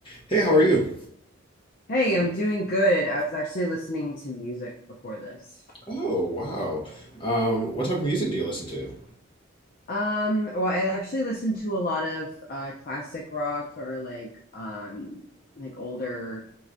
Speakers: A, on the left; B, on the left.
A: Hey, how are you?
B: Hey, I'm doing good. I was actually listening to music before this.
A: Oh, wow. Um, what type of music do you listen to?
B: Um, well, I actually listen to a lot of uh classic rock or like um like older